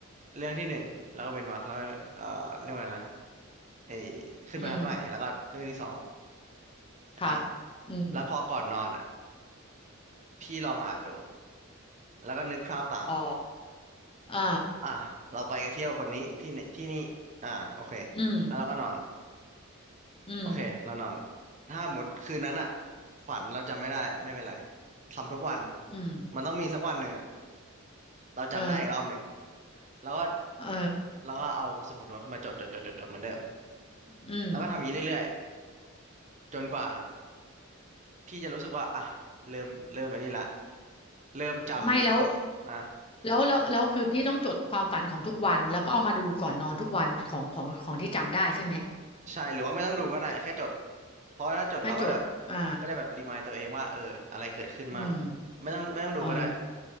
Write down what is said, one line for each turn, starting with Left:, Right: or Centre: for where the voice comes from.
Right: เรื่องที่หนึ่งแล้วก็เป็นวรรคแล้วเอ่อเรียกว่าอะไรนะไอ้ขึ้นบรรทัดใหม่แล้วก็เรื่องที่สอง
Left: อืมครับ
Right: อ่ะ
Left: อืม
Right: แล้วพอก่อนนอนอ่ะพี่ลองอ่านดูแล้วก็นึกภาพตาม
Left: อ๋ออ่า
Right: อ่ะเราไปเที่ยวคนนี้ที่นี่ที่นี่อ่ะโอเค
Left: อืม
Right: แล้วเราก็นอน
Left: อืม
Right: โอเคเรานอนถ้าหมดคืนนั้นอ่ะฝันเราจำไม่ได้ไม่เป็นไรทำทุกวัน
Left: อืม
Right: มันต้องมีสักวันหนึ่งอ่ะเราจำได้อีกรอบหนึ่ง
Left: เออ
Right: แล้วก็
Left: เออ
Right: แล้วก็เอาสมุดโน้ตขึ้นมาจดจดจดจดจดเหมือนเดิม
Left: อืม
Right: แล้วก็ทำอย่างนี้เรื่อยๆจนกว่าพี่จะรู้สึกว่าอ่ะเริ่มเริ่มอันนี้ละเริ่มจำอ่ะ
Left: ไม่แล้วแล้วแล้วแล้วคือพี่ต้องจดความฝันของทุกวัน แล้วก็เอามาดูก่อนนอนทุกวันของของของที่จำได้ใช่ไหม
Right: ใช่หรือว่าไม่ต้องดูก็ได้แค่จดเพราะถ้าจดเราก็จะแบบ
Left: ค่อยจดอ่า
Right: ก็จะแบบรีมายตัวเองว่าเอออะไรเกิดขึ้นมั่ง
Left: อืม
Right: ไม่ต้องไม่ต้องดูก็ได้
Left: อ๋อ